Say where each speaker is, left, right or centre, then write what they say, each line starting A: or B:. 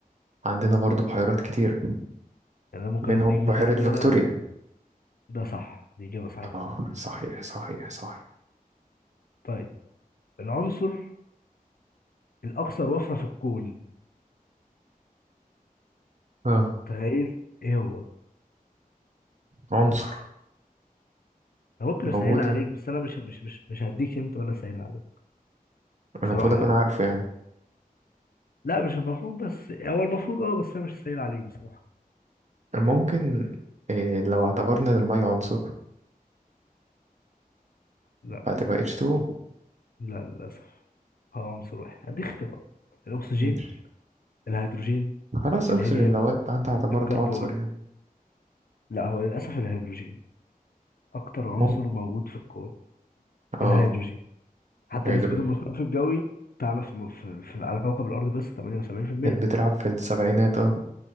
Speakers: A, on the right; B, on the left.
A: عندنا برضه بحيرات كتيرة
B: يعني انا ممكن
A: منهم
B: اديك مثلا
A: بحيرة
B: اختيارات
A: فيكتوريا
B: ده صح دي اجابة صحيحة
A: اه صحيح صحيح صحيح
B: طيب العنصر الاكثر وفرة في الكون
A: اه
B: تخيل ايه هو
A: عنصر
B: انا ممكن اسهلها
A: موجود
B: عليك
A: يعني
B: بس انا مش مش مش مش هديك انت ولا اسهلها عليك
A: أنا
B: بصراحة
A: المفروض أكون
B: يعني
A: عارفه يعني
B: لا مش المفروض بس هو المفروض اه بس انا مش هسهل عليك بصراحة
A: ممكن إيه لو اعتبرنا إن المية عنصر
B: لا
A: فهتبقى H2O
B: لا للاسف هو عنصر واحد هديك اختيارات الأكسجين
A: ماشي.
B: الهيدروجين
A: خلاص
B: الهيليوم
A: أكسجين لو أنت أنت اعتبرته
B: الكربون
A: عنصر يعني
B: لا هو للأسف الهيدروجين أكتر عنصر
A: ممكن
B: موجود في الكون
A: اه
B: الهيدروجين حتى
A: هيدروجين
B: نسبته من الغلاف الجوي تعرف في في في- على كوكب الأرض بس 78%
A: كانت بتلعب في السبعينات اه